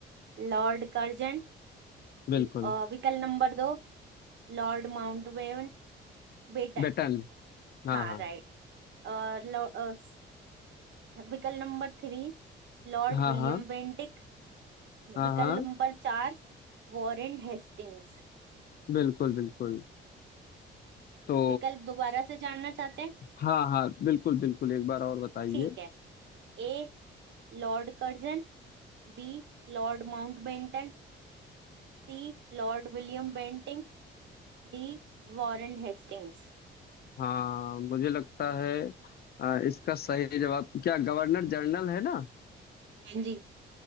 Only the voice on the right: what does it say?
लॉर्ड कर्जन
ल- अ, विकल्प नंबर दो लॉर्ड माउंटबेटन बेटन
हाँ
राइट और लो- अ, स- विकल्प number three Lord
William
Bentinck
विकल्प
नंबर चार वॉरेन हेस्टिंग्स
विकल्प दोबारा से जानना चाहते हैं
ठीक है A Lord Curzon B Lord Mountbatten C Lord William Bentinck D Warren Hastings
हाँ जी